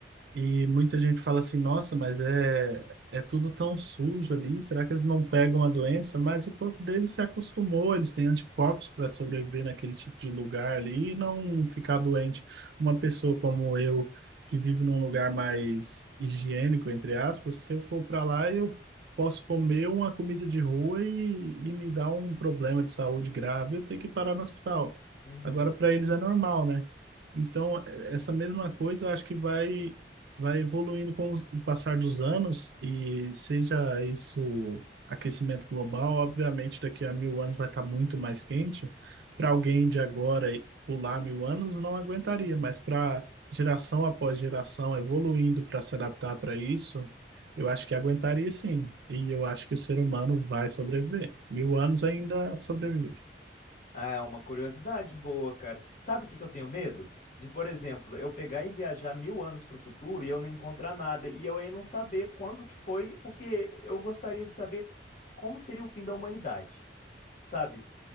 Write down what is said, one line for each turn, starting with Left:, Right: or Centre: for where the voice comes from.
Right: E muita gente fala assim, nossa, mas é, é tudo tão sujo ali, será que eles não pegam a doença? Mas o corpo deles se acostumou, eles têm anticorpos para sobreviver naquele tipo de lugar ali e não ficar doente. Uma pessoa como eu, que vive num lugar mais higiênico, entre aspas, se eu for para lá, eu posso comer uma comida de rua e, e me dar um problema de saúde grave, eu tenho que parar no hospital.
Left: Uhum.
Right: Agora, para eles é normal, né? Então, eh, essa mesma coisa eu acho que vai, vai evoluindo com os- o passar dos anos, e seja isso aquecimento global, obviamente daqui a mil anos vai estar muito mais quente. Para alguém de agora e pular mil anos, não aguentaria, mas para geração após geração evoluindo para se adaptar para isso, eu acho que aguentaria sim. E eu acho que o ser humano vai sobreviver. Mil anos ainda sobrevive.
Left: Ah, é uma curiosidade boa, cara. Sabe o que que eu tenho medo? De, por exemplo, eu pegar e viajar mil anos pro futuro e eu não encontrar nada, e eu aí não saber quando que foi, porque eu gostaria de saber como seria o fim da humanidade, sabe?